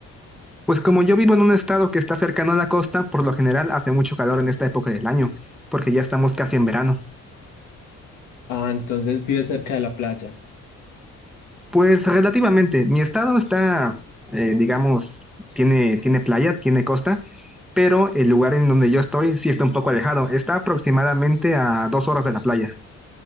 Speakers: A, in the centre; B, on the left (about 80°).
A: Pues como yo vivo en un estado que está cercano a la costa, por lo general hace mucho calor en esta época del año, porque ya estamos casi en verano.
B: Ah, entonces vives cerca de la playa.
A: Pues relativamente, mi estado está, eh, digamos, tiene, tiene playa, tiene costa. pero el lugar en donde yo estoy sí está un poco alejado. Está aproximadamente a dos horas de la playa.